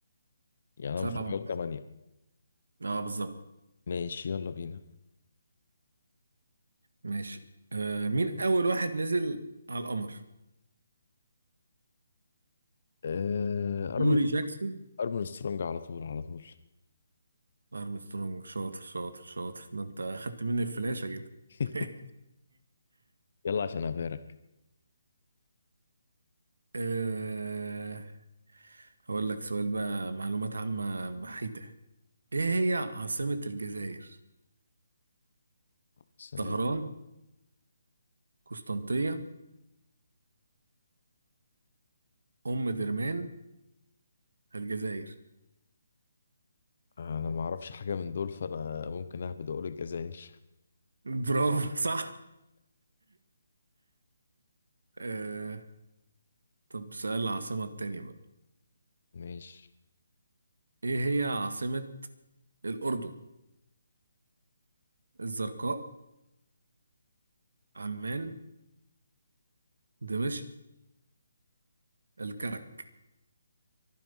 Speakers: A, on the left (about 55°); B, on the right (about 80°).
A: يعني انا
B: سبعة
A: المفروض
B: واحد.
A: اجاوب تمانية
B: اه بالظبط
A: ماشي يلا بينا
B: ماشي آه مين أول واحد نزل على القمر؟
A: آه، ارمن
B: يوري جاكسون
A: ارمن سترونج على طول على طول
B: أرمسترونج شاطر شاطر شاطر ده أنت أخدت مني الفلاشة كده
A: <laughs>
B: <laughs>
A: يلا عشان ابارك
B: آه هقول لك سؤال بقى معلومات عامة بحيتة إيه هي عاصمة الجزائر؟
A: بس انا
B: طهران قسنطينة أم درمان الجزائر
A: أنا ما اعرفش حاجه من دول فانا ممكن اهبد اقول الجزائر
B: برافو <laughs> صح آه طب سؤال العاصمة التانية بقى
A: ماشي
B: ايه هي عاصمة الأردن؟ الزرقاء، عمان، دمشق، الكرك.